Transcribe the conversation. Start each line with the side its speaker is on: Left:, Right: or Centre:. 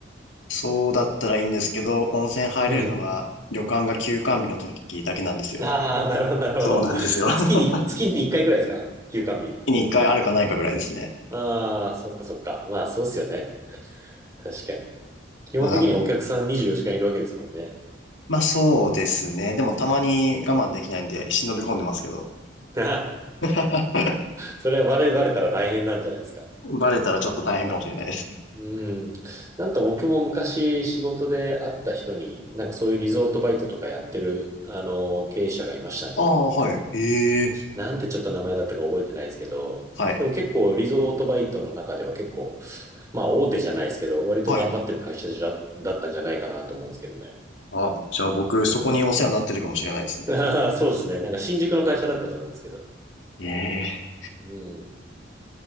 Left: そうだったらいいんですけど、温泉入れるのが旅館が休館日の時だけなんですよ。
Right: うん。ああ、なるほど、なるほど。
Left: そうなんですよ。<laughs>
Right: 月に、月に1回くらいですか休館日。
Left: 月に一回あるかないかぐらいですね。
Right: ああ、そっかそっか。まあ、そうっすよね。確かに。基本的にはお客さん24時間いるわけですもんね。
Left: まあ、なんまあそうですね。
Right: うん。
Left: でもたまに我慢できないんで忍び込んでますけど。
Right: お <laughs>
Left: <laughs>
Right: それはバレ、バレたら大変なんじゃないですか。
Left: バレたらちょっと大変かもしれないです。
Right: うん。なんか僕も昔仕事で会った人に、なんかそういうリゾートバイトとかやってる、あの、経営者がいましたね。
Left: ああ、はい。ええ
Right: なんてちょっと名前だったか覚えてないですけど、
Left: はい。
Right: でも結構リゾートバイトの中では結構、まあ大手じゃないですけど、割と頑張ってる会社じゃ、
Left: はい。
Right: だったんじゃないかなと思うんですけどね。
Left: あ、じゃあ僕、そこにお世話になってるかもしれないですね。
Right: <laughs> そうですね。なんか新宿の会社だったと思うんですけど。
Left: ええ
Right: うん。